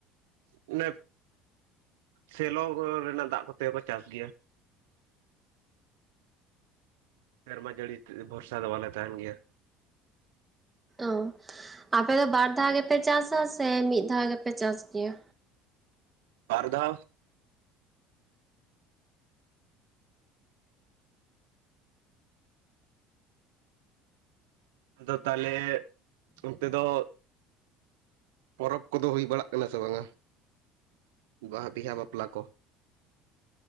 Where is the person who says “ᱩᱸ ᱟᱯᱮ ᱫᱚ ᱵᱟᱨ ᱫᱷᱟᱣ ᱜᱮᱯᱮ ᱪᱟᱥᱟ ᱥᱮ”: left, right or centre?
Right